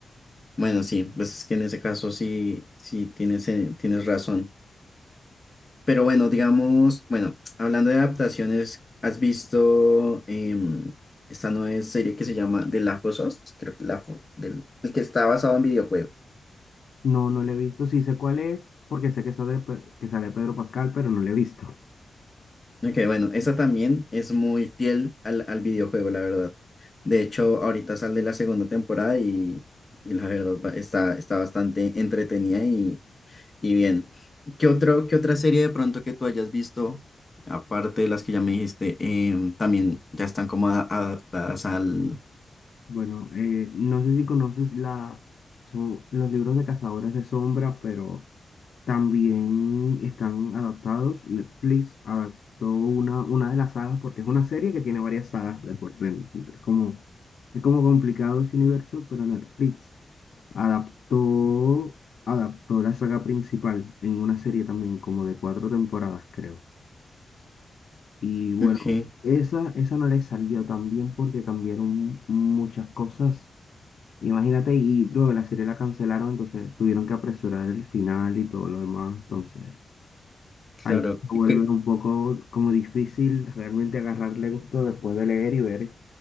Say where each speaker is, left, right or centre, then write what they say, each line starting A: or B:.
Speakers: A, on the left; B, on the left.
A: Bueno, sí, pues es que en ese caso sí, sí tienes, eh, tienes razón. Pero bueno, digamos, bueno, <tsk> hablando de adaptaciones, ¿has visto em, esta nueva serie que se llama The Last of Us? Creo que la, fo- del, el que está basado en videojuego.
B: No, no le he visto. Sí sé cuál es, porque sé que sale, Pe- que sale Pedro Pascal, pero no le he visto.
A: Ok, bueno, esa también es muy fiel al, al videojuego, la verdad. De hecho, ahorita sale la segunda temporada y, y la verdad va- está, está bastante entretenida y, y bien. ¿Qué otro, qué otra serie de pronto que tú hayas visto, aparte de las que ya me dijiste, em, también ya están como a- adaptadas al...
B: Bueno, eh, no sé si conoces la, son los libros de Cazadores de Sombra, pero también están adaptados. Netflix adaptó una, una de las sagas, porque es una serie que tiene varias sagas de por dentro. Es como, es como complicado ese universo, pero Netflix adaptó, adaptó la saga principal en una serie también, como de cuatro temporadas, creo. Y bueno,
A: Ok,
B: esa, esa no le salió tan bien porque cambiaron muchas cosas. Imagínate, y luego la serie la cancelaron, entonces tuvieron que apresurar el final y todo lo demás. Entonces,
A: claro.
B: ahí se vuelve
A: ¿Qué-
B: un poco como difícil realmente agarrarle gusto después de leer y ver